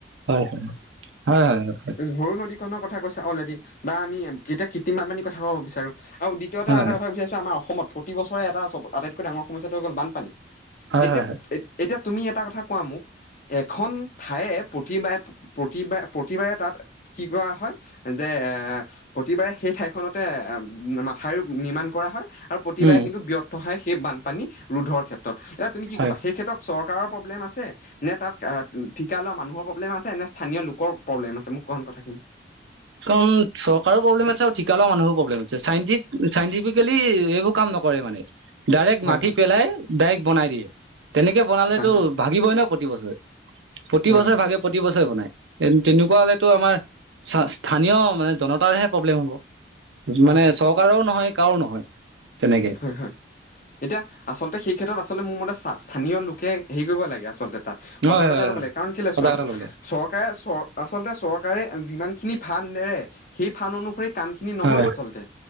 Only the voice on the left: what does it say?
ভৰলু নদীখনৰ কথা কৈছা অলৰেডি বা আমি এতিয়া কৃত্ৰিম বান পানীৰ কথা কব বিচাৰো। আৰু দ্বিতীয়তে
আৰু এটা কথা ক'ব বিচাৰিছো, আমাৰ অসমত প্ৰতিবছৰে এটা আটাইতকৈ ডাঙৰ সমস্যটো হৈ গ'ল বানপানী।
এতিয়া
এতিয়া তুমি এটা কথা কোৱা মোক এখন ঠায়ে প্ৰতিবাৰে প্ৰতিবা প্ৰতিবাৰে তাত কি কৰা হয় যে, প্ৰতিবাৰে সেই ঠাইখনতে মাথাউৰি নিৰ্মাণ কৰা হয় আৰু প্ৰতিবাৰে
কিন্তু ব্যৰ্থ হয় সেই বানপানী ৰোধৰ ক্ষেত্ৰত। এতিয়া তুমি কি
কবা সেই ক্ষেত্ৰত চৰকাৰৰ প্ৰব্লেম আছে নে তাত ঠিকা লোৱা মানুহৰ প্ৰব্লেম আছে, নে স্থানীয় লোকৰ প্ৰব্লেম আছে মোক কোৱা চোন কথাখিনি।
হয়
হয়
হয় হয়
হয়
হয়
হয়
হয়
হয় হয়। এতিয়া আচলতে সেই ক্ষেত্ৰত আচলতে মোৰ মতে স্থানীয় লোকে হেৰি কৰিব লাগে আচলতে তাত সজাগতা
অলপ
লাগে কাৰণ কেলে
চোৱা
চৰকাৰে চ আচলতে চৰকাৰে যিমান খিনি ফান্ড এৰে সেই ফান্দ অনুসৰি কাম খিনি নহয়
আচলতে